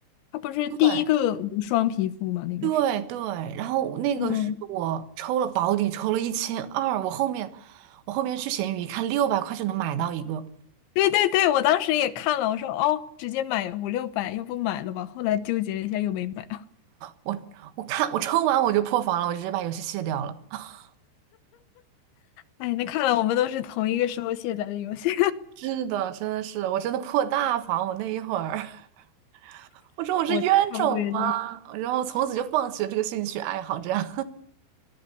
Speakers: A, on the left; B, on the right.
A: 它不是第一个无双皮肤吗？
B: 对。
A: 那个是。
B: 对对，然后那个是我抽了保底，
A: 嗯，
B: 抽了一千二，我后面我后面去闲鱼一看，六百块就能买到一个，
A: 对对对，我当时也看了，我说哦，直接买五六百，要不买了吧？后来纠结了一下，又没买。<laughs>
B: 我我看我抽完我就破防了，我就直接把游戏卸掉了。<laughs>
A: 哎，那看来我们都是同一个时候卸载的游戏，
B: 是的，真的是，我真的破大防，我那一会儿，<laughs>
A: <laughs>
B: 我说我是冤种吗？
A: 我差不多也是。
B: 然后从此就放弃了这个兴趣爱好，这样